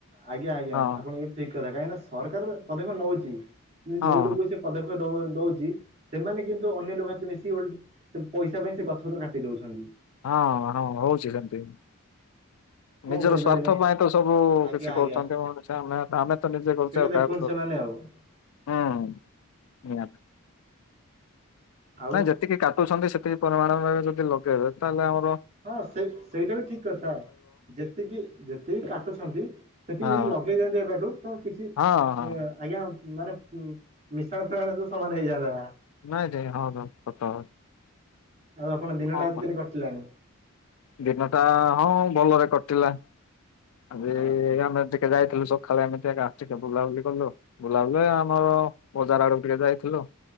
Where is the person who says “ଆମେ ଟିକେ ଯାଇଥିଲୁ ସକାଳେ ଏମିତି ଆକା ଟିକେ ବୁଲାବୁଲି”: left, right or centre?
Left